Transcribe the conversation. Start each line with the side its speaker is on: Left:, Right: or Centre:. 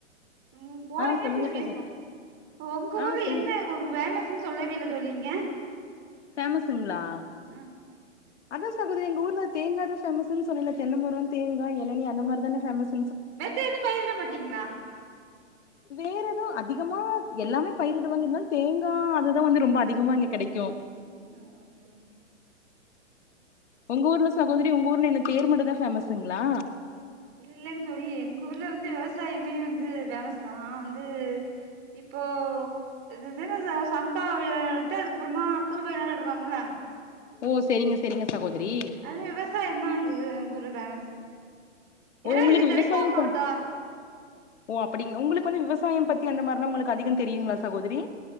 Right: ம் போன
Left: ஆ
Right: என்ன
Left: சொல்லுங்க
Right: பிள்ள பேசுறோ
Left: சகோ
Right: உங்க
Left: ஆ
Right: ஊர்ல
Left: சொல்லு
Right: என்ன வேல சொல்லவேயில்ல தோழி நீங்க
Left: பேமஸுங்களா
Right: உ
Left: அதான் சகோதரி எங்க. ஊர்ல தேங்காய தான் பேபமஸ்ன்ன சொல்லல தெனைமரோ தேங்காய இளனி அந்த மாதிரி தானே பேமஸ்
Right: மத்த எதுவு பயிரிட மாட்டீங்கள்ள
Left: வேற எதவு அதிகமா எல்லாமே பயிரிடுவாங்க இருந்தாலா தேங்காய் அதுதா வந்து ரொம்ப அதிகமா இங்க கிடைக்கு
Right: அ ஒகே
Left: ஒங்க ஊர்ல சகோதரி ஒங்க ஊர்ல என்ன தேர்மட்டுந்தா ஃபேமஸுங்களா
Right: இல்லைங்க தோழி எங்க ஊர்ல வந்து விவசாயமே வந்து பேமஸ் தா வந்து இப்போ இ எது சம்பா ரெட்டு அதுக்கப்புறமா குறும்பயிருலா இடுவாங்கல
Left: ஓ செரிங்க செரிங்க சகோதரி
Right: அது விவசாயந்தா எங்களு எங்கூர்ல பேமஸ் ஏன்னா
Left: ஓ உங்களுக்கு
Right: இது டெல்டா
Left: விவசாயம்
Right: மாவட்ட
Left: பண் ஓ அப்படிங் ஒங்களுக்கு வந்து விவசாயம் பத்தி அந்த மாதிரி லா உங்களுக்கு அதிகம் தெரியுங்களா சகோதரி